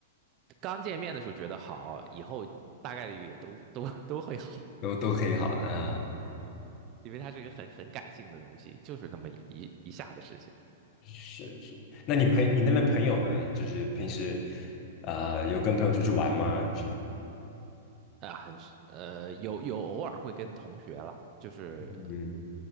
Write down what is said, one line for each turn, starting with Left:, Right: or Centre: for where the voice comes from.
Right: 刚见面的时候觉得好，以后大概率也都都都会好，
Left: 都都可以好的，啊，
Right: 嗯，因为它是一个很很感性的东西，就是那么一一一下的事情
Left: 是是。那你朋你那边朋友呢？就是平时呃有跟朋友出去玩吗？还是
Right: 啊，很是呃，有有偶尔会跟同学了，就是
Left: 嗯，